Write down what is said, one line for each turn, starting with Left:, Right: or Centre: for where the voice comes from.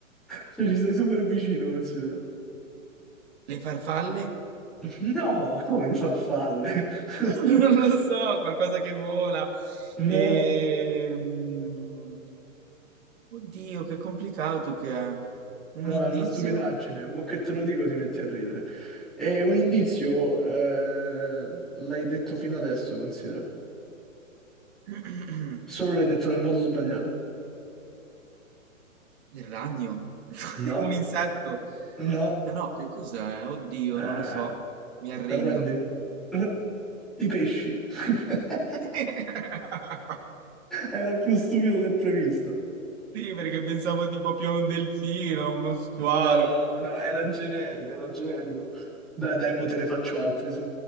Centre: Cioè, ci sei super vicino, considera.
Right: Le farfalle.
Centre: no, Come le farfalle. <laughs>
Right: <laughs> Non lo so, qualcosa che vola.
Centre: No,
Right: E... mm, Oddio, che complicato che è. Un
Centre: no,
Right: indizio?
Centre: è una stupidaggine. Mo' che te lo dico, ti metti a ridere. È un indizio, eh, l'hai detto fino adesso, considera.
Right: <clears throat>
Centre: Solo l'hai detto nel modo sbagliato.
Right: Il ragno? <laughs>
Centre: no.
Right: Un insetto?
Centre: No,
Right: Ma no, che cos'è? Oddio,
Centre: eh,
Right: non lo so. Mi arrendo.
Centre: ti arrendi? <laughs> I pesci. <laughs>
Right: <laughs>
Centre: Era più stupido del previsto.
Right: Sì, perché pensavo tipo più a un delfino, a uno squalo.
Centre: No, no, era generico, era generico. Dai, dai, mo te ne faccio altri su.